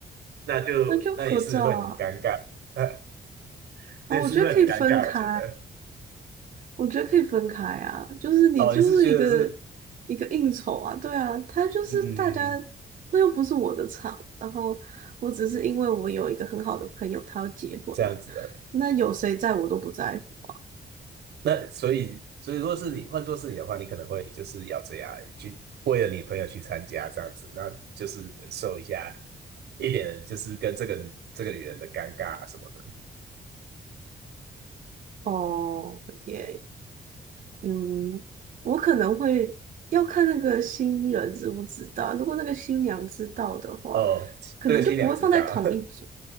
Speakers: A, on the right (about 80°); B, on the right (about 50°).
A: 那就那也是会很尴尬，
B: 那就合照啊。
A: <laughs> 那也是会很尴尬，
B: 啊，我觉得可以分开，
A: 我觉得。
B: 我觉得可以分开啊。就是你就是一个
A: 哦，你是觉得是
B: 一个应酬啊，对啊，他就是大家，
A: 嗯嗯
B: 那又不是我的场。然后我只是因为我有一个很好的朋友，他要结婚，
A: 这样子的，
B: 那有谁在我都不在乎。
A: 那所以所以如果是你换做是你的话，你可能会就是要这样去为了你朋友去参加这样子，那就是忍受一下。一点就是跟这个这个女人的尴尬啊什么的。
B: 哦，耶嗯，我可能会要看那个新人知不知道。如果那个新娘知道的话，
A: 哦，
B: 可能就不会放在同一组，
A: 这个新娘知道，